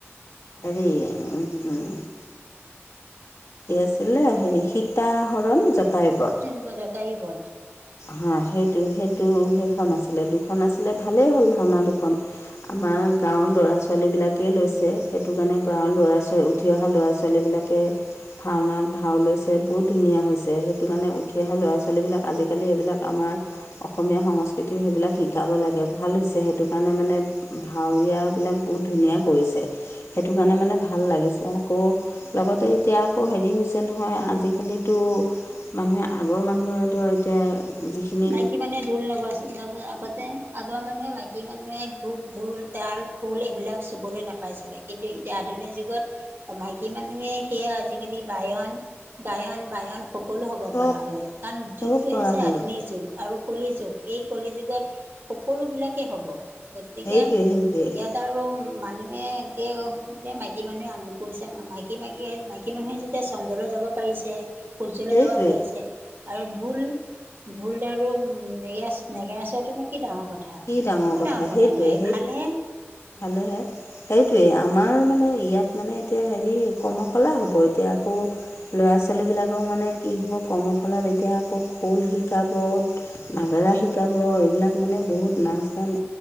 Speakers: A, on the left; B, on the right.
A: হেৰি উম, <unintelligible> এই আছিলে হেৰি সীত আহৰণ জটায়ুবত
B: পটাই বত
A: হা সেইটো সেইটো সেইখন আছিলে দুখন আছিলে ভালেই হ'ল ভাওনা দুখন আমাৰ গাঁৱৰ ল'ৰা ছোৱালী বিলাকেই লৈছে সেইটো কাৰণে গাঁৱৰ ল'ৰা ছোৱালী উঠি অহা ল'ৰা ছোৱালী বিলাক ভাওনাত ভাও লৈছে বহুত ধুনীয়া হৈছে ল'ৰা ছোৱালীবিলাক আজিকালি এইবিলাক আমাৰ অসমীয়া সংস্কৃতি সেইবিলাক শিকাব লাগে ভাল হৈছে সেইটো কাৰণে মানে ভাৱৰীয়া বিলাক বহুত ধুনীয়া কৰিছে সেইটো কাৰণে মানে ভাল লাগিছে আকৌ লগতে এতিয়া আকৌ হেৰি হৈছে নহয় আজিকালি টো মানুহে আগৰ মানুহে ধৰ এতিয়া যিখিনি
B: মাইকী মানে ঢোল আগৰ মানুহে মাইকী মানুহে ঘোক ঢোল তোল খোল এইবিলাক চুবলৈ নাপাইছিলে কিন্তু এতিয়া আধুনিক যুগত মাইকী মানুহে সেয়া আজিকালি বায়ন গায়ন বায়ন সকলো হ'ব
A: চব
B: পৰা হৈ গ'ল কাৰণ
A: চব
B: যুগটো
A: পাৰা
B: হৈছে
A: হৈ
B: আধুনিক
A: গ'ল
B: যুগ আৰু কলি যুগ এই কলি যুগত সকলো বিলাকে হ'ব। গতিকে
A: সেইটোৱে সেইটোৱে
B: ইয়াত আৰু মানুহে এতিয়া বোলে মাইকী মানুহে আমুক কৰিছে মাইকী মাইকী মাইকী মানুহে যেতিয়া চন্দ্ৰলৈ যাব পাৰিচে সূৰ্যলৈ
A: সেইটোৱে
B: যাব পাৰি আৰু ঢোল ঢোল আৰু নেগেৰা নেগেৰা চোৱাটোনো কি ডাঙৰ কথা
A: কি
B: একো ডাঙৰ কথা
A: সেইটোৱে
B: নহয়
A: সেই
B: ভাল হে।
A: ভালেহে। সেইটোৱেই আমাৰ মানে ইয়াত মানে এতিয়া হেৰি কৰ্মশালা হ'ব এতিয়া আকৌ ল'ৰা ছোৱালী বিলাকক মানে কি হ'ব কৰ্মশালাত এতিয়া আকৌ খোল শিকাব নাগাৰা শিকাব এইবিলাক মানে বহুত নাচ গান